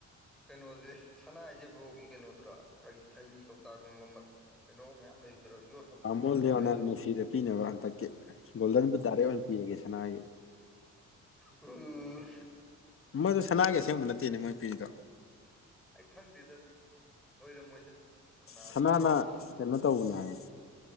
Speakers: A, in the centre; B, on the left.
A: ꯀꯩꯅꯣꯗꯤ ꯁꯅꯥ ꯍꯥꯏꯁꯦ ꯕ꯭ꯔꯣꯒꯤ ꯀꯩꯅꯣꯗꯨꯔꯥ ꯈꯩ ꯈꯩꯅꯤ ꯀꯧꯇꯥꯒꯨꯝꯕ ꯀꯩꯅꯣ ꯃꯌꯥꯝ ꯂꯩꯕꯗꯨꯔꯣ ꯌꯣꯠ ꯃꯀꯛ
B: ꯀꯥꯃꯣ
A: ꯃꯀꯛ ꯃꯌꯥꯝ
B: ꯂꯤꯌꯣꯅꯥꯜ
A: ꯂꯩꯕꯗꯨꯔꯣ
B: ꯃꯁꯤꯗ ꯄꯤꯅꯕ ꯍꯟꯗꯛꯀꯤ ꯒꯣꯜꯗꯟꯕꯨ ꯗꯥꯏꯔꯦ ꯑꯣꯏꯅ ꯄꯤꯔꯒꯦ ꯁꯅꯥꯒꯤ
A: ꯎꯝ
B: ꯃꯣꯏꯗꯨ ꯁꯅꯥꯒꯤ ꯑꯁꯦꯡꯕ ꯅꯠꯇꯦꯅꯦ ꯃꯣꯏ ꯄꯤꯔꯤꯗꯣ
A: ꯑꯩ ꯈꯪꯗꯦꯗ ꯑꯗꯨꯗꯤ ꯑꯣꯏꯔꯝꯃꯣꯏꯗ ꯀꯅꯥ
B: ꯁꯅꯥꯅ
A: ꯁꯅꯥ ꯄꯤꯔꯗꯤ
B: ꯀꯩꯅꯣ ꯇꯧꯕꯅꯦ ꯍꯥꯏꯌꯦ